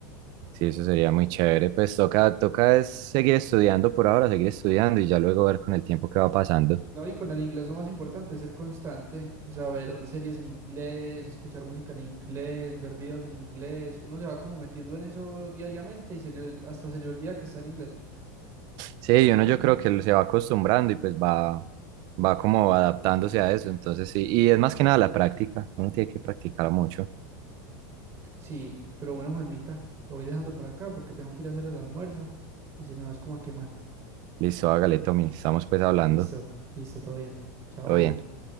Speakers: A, on the right; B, on the right.
A: sí, eso sería muy chévere. Pues toca, toca es seguir estudiando por ahora, seguir estudiando y ya luego ver con el tiempo qué va pasando.
B: No, y con el inglés lo más importante es ser constante, o sea, ver series en inglés, escuchar música en inglés, ver videos en inglés, uno se va como metiendo en eso diariamente y se le- hasta se le olvida que está en inglés.
A: Sí, uno yo creo que se va acostumbrando y pues va, va como adaptándose a eso. Entonces sí, y es más que nada la práctica. Uno tiene que practicar mucho.
B: Sí, pero bueno, Juanmita, lo voy dejando por acá porque tengo que ir a hacer el almuerzo y se me va es como a quemar.
A: Listo, hágale, Tommy. Estamos pues hablando.
B: Listo, listo, todo bien. Chao.
A: Todo bien.